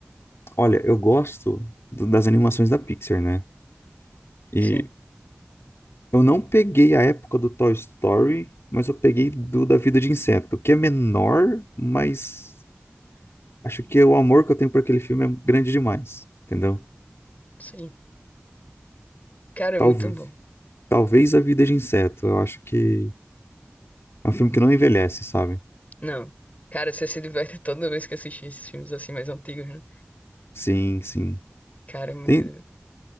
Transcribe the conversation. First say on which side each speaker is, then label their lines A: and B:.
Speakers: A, on the left; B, on the left.
A: olha, eu gosto do- das animações da Pixar, né? E
B: sim,
A: Eu não peguei a época do Toy Story, mas eu peguei do Da Vida de Inseto, que é menor, mas acho que o amor que eu tenho por aquele filme é grande demais, entendeu?
B: sim. Cara, é
A: Talve-
B: muito bom.
A: talvez A Vida de Inseto, eu acho que é um filme que não envelhece, sabe?
B: Não. Cara, você se diverte <laughs> toda vez que assiste esses filmes assim mais antigos, né?
A: Sim, sim.
B: Cara, é muito.
A: Tem,
B: div-